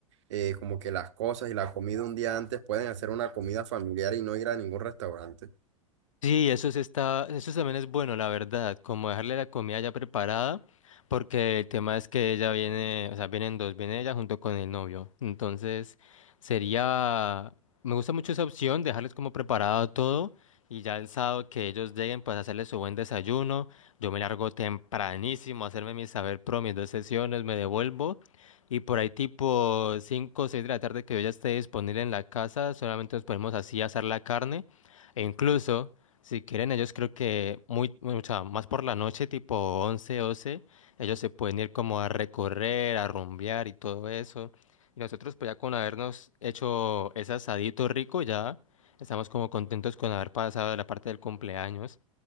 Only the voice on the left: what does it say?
Sí, eso sí está, eso también es bueno, la verdad, como dejarle la comida ya preparada, porque el tema es que ella viene, o sea, vienen dos, viene ella junto con el novio. Entonces, sería, me gusta mucho esa opción, dejarles como preparado todo y ya el sábado que ellos lleguen, pues hacerles su buen desayuno. Yo me largo tempranísimo a hacerme mi saber pro, mis dos sesiones, me devuelvo y por ahí tipo 5, o 6 de la tarde que yo ya esté disponible en la casa, solamente nos ponemos así a asar la carne. E incluso si quieren, ellos creo que muy, muy- o sea, más por la noche, tipo once doce ellos se pueden ir como a recorrer, a rumbear y todo eso. Y nosotros pues ya con habernos hecho ese asadito rico, ya estamos como contentos con haber pasado la parte del cumpleaños.